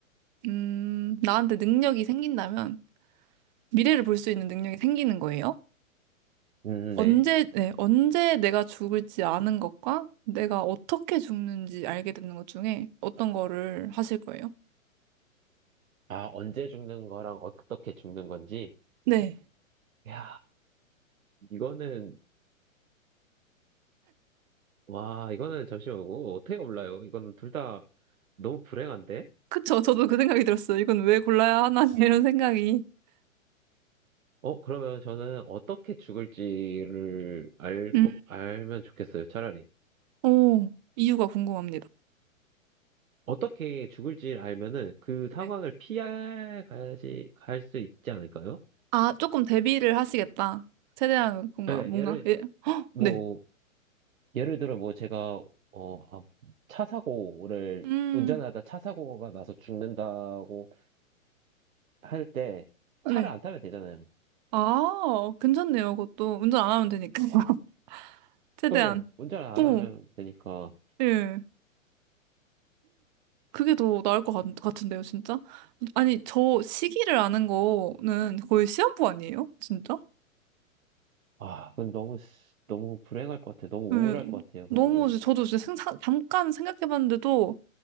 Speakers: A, on the right; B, on the right.
A: 음, 나한테 능력이 생긴다면, 미래를 볼 수 있는 능력이 생기는 거예요?
B: 음,
A: 언제,
B: 네.
A: 네, 언제 내가 죽을지 아는 것과 내가 어떻게 죽는지 알게 되는 것 중에 어떤 거를 하실 거예요?
B: 아, 언제 죽는 거랑 어떻게 죽는 건지.
A: 네.
B: 이야, 이거는, 와, 이거는 잠시만, 이거 어떻게 몰라요? 이거는 둘 다 너무 불행한데?
A: 그쵸. 저도 그 생각이 들었어요. 이건 왜 골라야 하나, <laughs> 이런 생각이.
B: 어, 그러면 저는 어떻게 죽을지를 알,
A: 음.
B: 꼭 알면 좋겠어요, 차라리.
A: 오, 이유가 궁금합니다.
B: 어떻게 죽을지 알면은 그
A: 네.
B: 상황을 피할 가야지 갈 수 있지 않을까요?
A: 아, 조금 대비를 하시겠다. 최대한 뭔가,
B: 예,
A: 뭔가,
B: 예를
A: 예.
B: 뭐
A: 네.
B: 예를 들어 뭐 제가 어, 아, 차 사고를
A: 음,
B: 운전하다 차 사고가 나서 죽는다고 할 때
A: 네.
B: 차를 안 타면 되잖아요.
A: 아, 괜찮네요. 그것도 운전 안 하면 되니까. <laughs> 최대한.
B: 예, 운전 안
A: 오,
B: 하면 되니까
A: 예. 그게 더 나을 것 같, 같은데요, 진짜? 아니, 저 시기를 아는 거는 거의 시한부 아니에요? 진짜?
B: 아, 그건 너무 쓰- 너무 불행할 것 같아요. 너무
A: 네,
B: 우울할 것 같아요.
A: 너무,
B: 그거는.
A: 이제 저도 진짜 생사, 잠깐 생각해봤는데도,